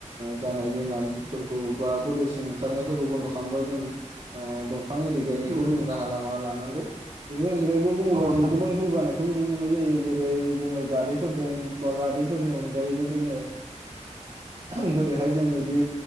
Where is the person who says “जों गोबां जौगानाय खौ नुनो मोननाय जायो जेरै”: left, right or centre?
Right